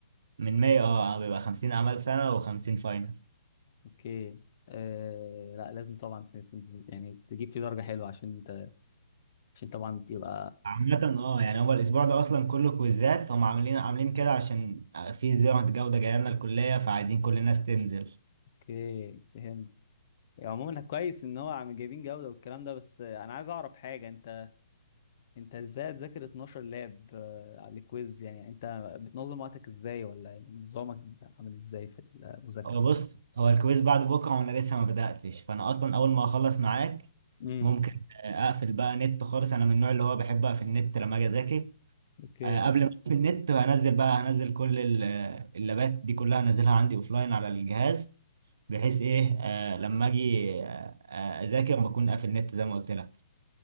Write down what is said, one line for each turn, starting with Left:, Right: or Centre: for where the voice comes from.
Right: من ماي اه آه، بيبقى 50 اعمال سنه و50 فاينل
Left: اوكي آه لا لازم طبعا ت- ت- يعني تجيب فيه درجة حلوة عشان انت عشان طبعا تبقى
Right: عامة اه يعني هو الأسبوع ده أصلا كله كويزات هم عاملين عاملين كده عشان في زيارة جودة جاية لنا الكلية فعايزين كل الناس تنزل
Left: اوكي فهمت يعني عموما كويس ان هو عم جايبين جودة والكلام ده بس انا عايز اعرف حاجة انت انت ازاي تذاكر 12 لاب آه، على الكويز يعني انت بتنظم وقتك ازاي ولا يعني نظامك عامل ازاي في المذاكرة
Right: هو بص هو الكويز بعد بكرة وأنا لسه ما بدأتش فأنا أصلا أول ما أخلص معاك
Left: امم
Right: ممكن آه، أقفل بقى نت خالص أنا من النوع اللي هو بحب أقفل النت لما أجي أذاكر
Left: اوكي
Right: آه، قبل ما أقفل النت هنزل بقى هنزل كل ال- آه، اللابات دي كلها هنزلها عندي أوفلاين على الجهاز بحيث ايه آه لما اجي آه آه، اذاكر بكون قافل النت زي ما قلت لك